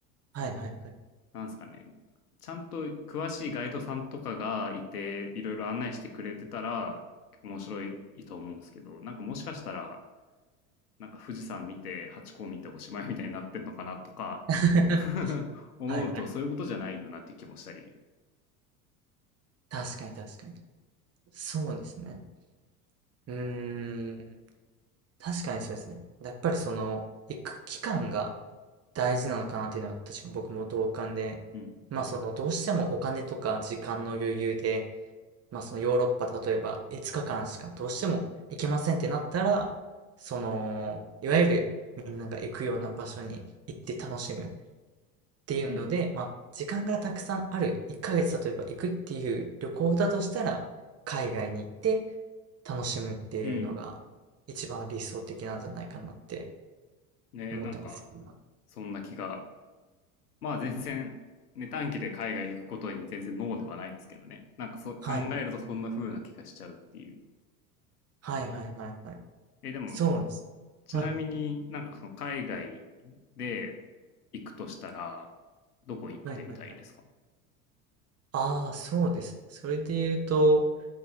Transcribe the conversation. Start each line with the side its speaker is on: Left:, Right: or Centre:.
Right: はいはいはい。
Left: なんですかね、ちゃんと詳しいガイドさんとかがいて、いろいろ案内してくれてたら、面白いと思うんですけど、なんかもしかしたら、なんか富士山見て、ハチ公見ておしまいみたいになってんのかなとか、
Right: <laughs>
Left: <laughs> 思うとそういうことじゃないよなって気もしたり。
Right: はいはい。確かに確かに。そうですね。うーん。確かにそうですね。やっぱりその、行く期間が大事なのかなっていうのは確かに僕も同感で、
Left: うん。
Right: まあそのどうしてもお金とか時間の余裕で、まあそのヨーロッパ例えば5日間しかどうしても行けませんってなったら、その、いわゆるみんなが行くような場所に行って楽しむっていうので、
Left: うん、
Right: まあ時間がたくさんある1ヶ月例えば行くっていう旅行だとしたら、海外に行って楽しむっていうのが一番理想的なんじゃないかなって
Left: うん。うん。ね、
Right: 思ったんですよ。
Left: なんか、そんな気が。まあ全然、ね、短期で海外行くことに全然ノーではないんですけどね。なんかそう、
Right: はい。
Left: 考えるとそんな風な気がしちゃうっていう。
Right: はいはいはいはい。
Left: え、でも、
Right: そうなんです。
Left: ちなみになんかその海外
Right: はい。
Left: で行くとしたら、どこ行ってみたいですか
Right: はいはいはい。ああ、そうですね。それで言うと、